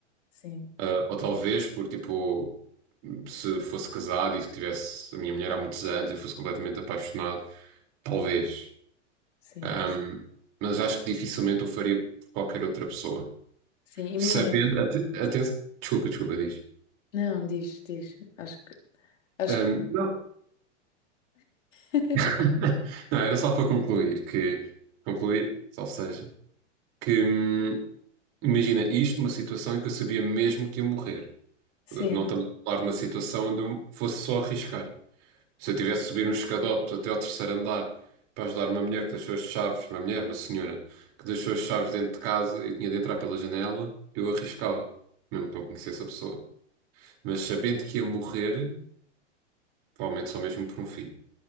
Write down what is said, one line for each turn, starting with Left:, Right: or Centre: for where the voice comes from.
Left: sim,
Right: Ah, ou talvez por tipo, se fosse casado e se tivesse a minha mulher há muitos anos e fosse completamente apaixonado, talvez.
Left: sim.
Right: Ahm, mas acho que dificilmente o faria por qualquer outra pessoa.
Left: Sim, imagina.
Right: Sabendo, até, até- desculpa, desculpa, diz.
Left: Não, diz, diz. Acho que, acho
Right: Ahm,
Left: que.
Right: não,
Left: <laughs>
Right: <laughs> Não, era só para concluir que, concluir, ou seja, que hum, imagina isto uma situação em que eu sabia mesmo que ia morrer.
Left: Sim,
Right: Não estamos a falar de uma situação onde eu fosse só arriscar. Se eu tivesse de subir uns escadotes até ao terceiro andar para ajudar uma mulher que deixou as chaves, uma mulher, uma senhora, que deixou as chaves dentro de casa e tinha de entrar pela janela, eu arriscava, mesmo que não conhecesse a pessoa. Mas sabendo que ia morrer, provavelmente só mesmo por um filho,